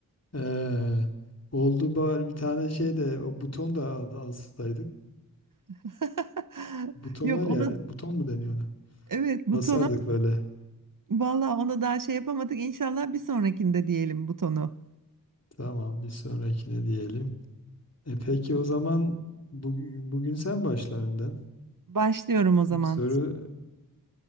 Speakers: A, on the left; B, on the right.
A: Ee, oldu bari bir tane şey de o buton da al- alsaydık.
B: <laughs>
A: Buton
B: Yok
A: var
B: ona
A: ya buton mu deniyor ona?
B: evet butona
A: Basardık böyle.
B: vallahi ona daha şey yapamadık. İnşallah bir sonrakinde diyelim butonu.
A: Tamam bir sonrakine diyelim. E peki o zaman bugün, bugün sen başla önden.
B: Başlıyorum o zaman.
A: İlk soru